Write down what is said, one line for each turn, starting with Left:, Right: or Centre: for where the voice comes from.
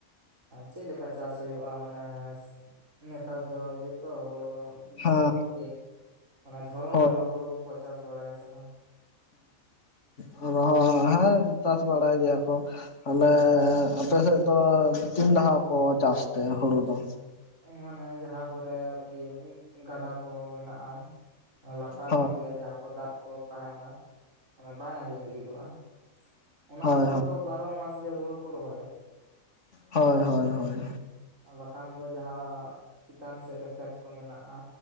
Right: ᱪᱮᱫ ᱞᱮᱠᱟ ᱪᱟᱥ ᱦᱩᱭᱩᱜᱼᱟ ᱱᱮᱥ ᱱᱮᱛᱟᱨ ᱫᱚ ᱡᱚᱛᱚ ᱦᱩᱲᱩ
Left: ᱦᱮᱸ
Right: ᱡᱟᱹᱯᱩᱫ ᱫᱤᱱ ᱢᱟᱱᱮ ᱫᱷᱚᱨᱚᱱ
Left: ᱦᱳᱭ
Right: ᱨᱮᱦᱚᱸ ᱦᱩᱲᱩ ᱠᱚᱠᱚ ᱪᱟᱥ ᱵᱟᱲᱟᱭᱟ ᱥᱮ ᱵᱟᱝ?
Left: ᱦᱚᱦ ᱦᱮᱸ ᱪᱟᱥ ᱵᱟᱲᱟᱭ ᱜᱮᱭᱟ ᱠᱚ ᱟᱞᱮ ᱟᱯᱮᱥᱮᱫ ᱫᱚ ᱛᱤᱱ ᱫᱟᱦᱟ ᱠᱚ ᱪᱟᱥ ᱛᱮ ᱦᱳᱲᱳ ᱫᱚ
Right: ᱢᱟᱱᱮ ᱡᱟᱦᱟᱸ ᱠᱚᱨᱮ ᱟᱨᱠᱤ ᱜᱟᱰᱟ ᱠᱚ ᱢᱮᱱᱟᱜᱼᱟ᱾ ᱞᱟᱛᱟᱨ
Left: ᱦᱳᱭ
Right: ᱧᱚᱜ ᱜᱮ ᱡᱟᱦᱟᱸ ᱠᱚ ᱫᱟᱜ ᱠᱚ ᱛᱟᱦᱮᱱᱟ, ᱚᱱᱟ ᱵᱟᱭ ᱟᱸᱡᱮᱫ ᱞᱟᱹᱜᱤᱫᱚᱜᱼᱟ᱾ ᱚᱱᱟ
Left: ᱦᱳᱭ
Right: ᱠᱚᱨᱮ
Left: ᱦᱳᱭ
Right: ᱫᱚ ᱵᱟᱨᱚ ᱢᱟᱥ ᱜᱮ ᱦᱳᱲᱳ ᱠᱚ ᱨᱚᱦᱚᱭᱟ᱾
Left: ᱦᱳᱭ ᱦᱳᱭ ᱦᱳᱭ
Right: ᱵᱟᱠᱷᱟᱱ ᱫᱚ ᱡᱟᱦᱟᱸ ᱪᱮᱛᱟᱱ ᱥᱮᱫ ᱨᱮ ᱠᱷᱮᱛ ᱠᱚ ᱢᱮᱱᱟᱜᱼᱟ